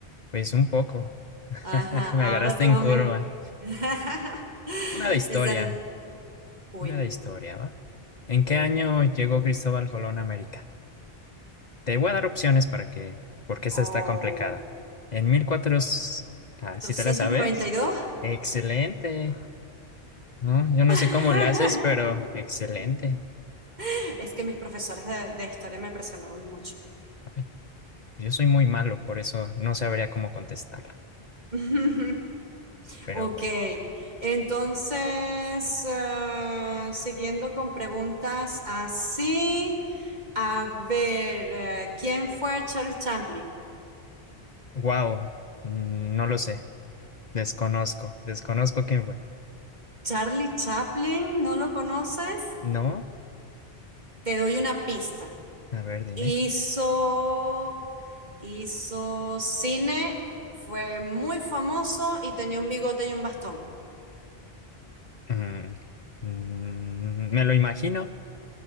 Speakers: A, on the left (about 45°); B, on the right (about 45°).
A: pues un poco. <laughs>
B: Ajá,
A: Me
B: ahora
A: agarraste
B: tú
A: en
B: a
A: curva.
B: mí. <laughs>
A: Una de historia,
B: Esa es, uy,
A: una de historia, ¿va? ¿En
B: uy,
A: qué año llegó Cristóbal Colón a América? Te voy a dar opciones para que, porque esta
B: oh,
A: está complicada. En 1400, ah, si te
B: 1492.
A: la sabes, excelente. No, yo no sé
B: Eh,
A: cómo le haces, pero excelente.
B: <laughs> Es que mis profesores de, de historia me presionaron mucho.
A: Ay, yo soy muy malo, por eso no sabría cómo contestarla.
B: <laughs>
A: Pero
B: Ok,
A: bueno,
B: entonces, eh, siguiendo con preguntas así, a ver, eh, ¿quién fue Charles Chaplin?
A: wow, no lo sé. Desconozco, desconozco quién fue.
B: Charlie Chaplin, ¿no lo conoces?
A: No,
B: Te doy una pista.
A: a ver, dime.
B: Hizo, hizo cine, fue muy famoso y tenía un bigote y un bastón.
A: Mm, mm, me lo imagino,